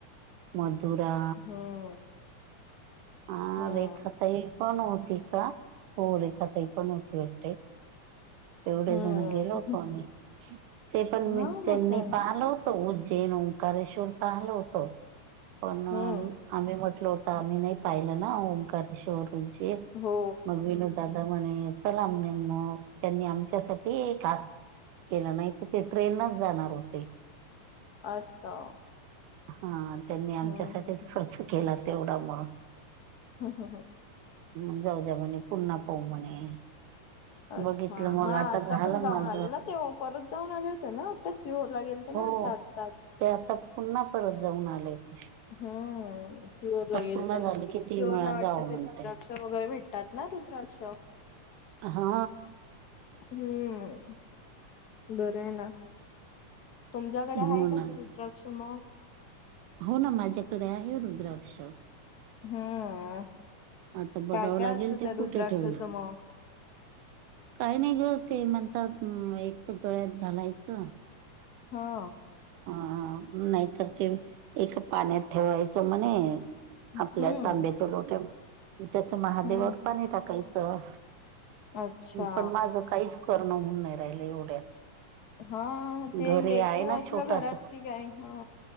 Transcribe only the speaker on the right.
मदुरा
आं
रेखाताई पण होती का? हो रेखाताई पण होती वाटतय. एवढे
जणं गेलो होतो आम्ही. ते पण मी
त्यांनी
पाहिलो उज्जैन ओंकारेश्वर पाहालं होत, पण
आम्ही म्हट होता मी नाही पाहिलं ना ओंकारे शोरूमची
मग विनोद दादा म्हणे चला म्हणे मग, त्यांनी आमच्यासाठी खास केला नाही तर ते ट्रेन नच जाणार होते.
हा त्यांनी आमच्यासाठीच
खर्च केला तेवढा मग
हम जाऊ द्या. म्हणे पुन्हा पाहू म्हणे,
बघितलं मग
आता झालं
माझ
हो
ते आता पुन्हा परत जाऊन आलेत.
पूर्ण
झाली की तीन
वेळा
जावं
म्हणते
हा.
हो
ना
हो ना माझ्याकडे आहे रुद्राक्ष.
आता बघावं
लागेल
ते
कुठे
ठेवलं.
काही नाही गं ते म्हणतात एक तर गळ्यात घालायचं
हं नाहीतर ते एका पाण्यात ठेवायचं म्हणे आपल्या
तांब्याच्या लोट्यामध्ये, त्याचं महादेवावर
पाणी टाकायचं.
पण माझं काहीच करणं होवून नाही राहिलं एवढ्यात.
घरी
आहे ना
छोटासा